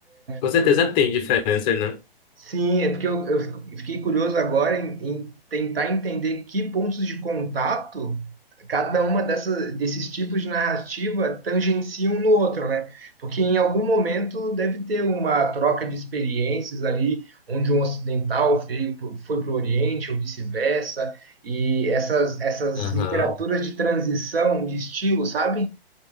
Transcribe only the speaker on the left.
Com certeza
tem diferenças, né?
Aham,